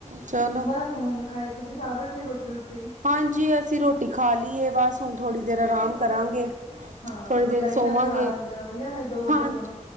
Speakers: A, on the right (about 80°); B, on the left (about 65°).
A: ਚਲੋ
B: ਬਸ ਹੁਣ ਖਾਏ, ਤੁਸੀਂ ਖਾ ਬੈਠੇ ਰੋਟੀ- ਰੋਟੀ?
A: ਹਾਂਜੀ, ਅਸੀਂ ਰੋਟੀ ਖਾ ਲਈਏ। ਬਸ ਹੁਣ ਥੋੜੀ ਦੇਰ ਆਰਾਮ ਕਰਾਂਗੇ।
B: ਹਾਂ,
A: ਥੋੜ੍ਹੀ ਦੇਰ
B: ਟਾਈਮ
A: ਸੋਵਾਂਗੇ
B: ਨਾਲ ਹੀ, ਖਾ ਲੈਂਦੇ ਹੋ। ਜਾਂ ਫੇਰ ਦੋ ਵਜੇ
A: ਹਾਂ
B: ਕੋਲ